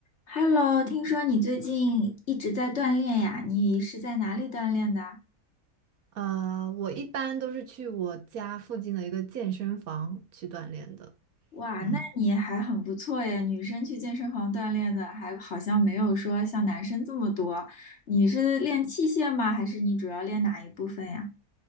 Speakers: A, on the left; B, on the right.
A: Hello，听说你最近一直在锻炼呀？你是在哪里锻炼的？
B: 呃，我一般都是去我家附近的一个健身房去锻炼的。
A: 哇，
B: 嗯，
A: 那你还很不错耶，女生去健身房锻炼的还好像没有说像男生这么多。你是练器械吗？还是你主要练哪一部分呀？